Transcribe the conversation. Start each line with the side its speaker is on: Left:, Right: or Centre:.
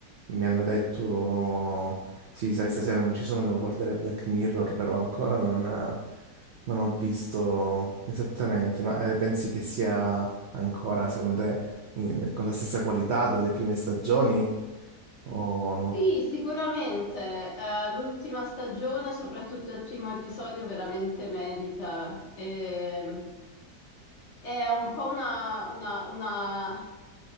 Right: mi hanno detto, sì, sai, stasera non ci sono, devo guardare Black Mirror, però ancora non, non ho visto esattamente, ma eh, pensi che sia ancora, secondo te, in- con la stessa qualità delle prime stagioni o no?
Left: Sì, sicuramente, eh, l'ultima stagione, soprattutto il primo episodio, veramente merita. E, è un po' una, una, una